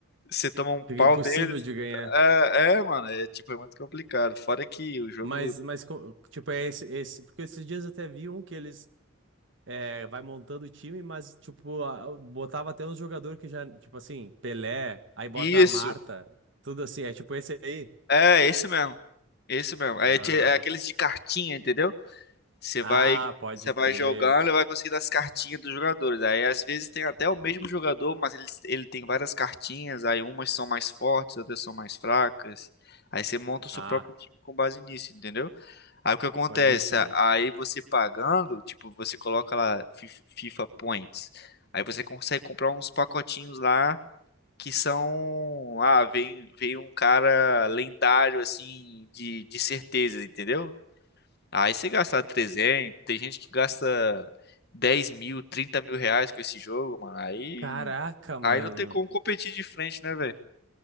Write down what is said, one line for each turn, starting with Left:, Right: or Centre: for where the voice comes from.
Left: você toma um pau
Right: Fica impossível
Left: deles.
Right: de ganhar.
Left: É, é, mano, é tipo, é muito complicado. Fora que o jogo.
Right: Mas, mas co- tipo, é esse, esse. Porque esses dias eu até vi um que eles. É, vai montando o time, mas, tipo, a- botava até uns jogadores que já, tipo assim, Pelé, aí bota
Left: Isso,
Right: a Marta, tudo assim, é tipo esse aí.
Left: é esse mesmo. Esse mesmo. É,
Right: Ah,
Left: ti- é aqueles de cartinha, entendeu? Você
Right: ah,
Left: vai,
Right: pode
Left: você
Right: crer.
Left: vai jogando e vai conseguindo as cartinhas dos jogadores. Aí às vezes tem até o mesmo jogador, mas ele, ele tem várias cartinhas. Aí umas são mais fortes, outras são mais fracas. Aí você monta o seu
Right: Ah,
Left: próprio time com base nisso, entendeu? Aí o que acontece?
Right: pode crer.
Left: Aí você pagando, tipo, você coloca lá Fif- FIFA Points. Aí você consegue comprar uns pacotinhos lá que são. Ah, vem, vem um cara lendário, assim, de, de certeza, entendeu? Aí você gastar 300, tem gente que gasta 10 mil, 30 mil reais com esse jogo, mano. Aí,
Right: Caraca, mano.
Left: aí não tem como competir de frente, né, velho?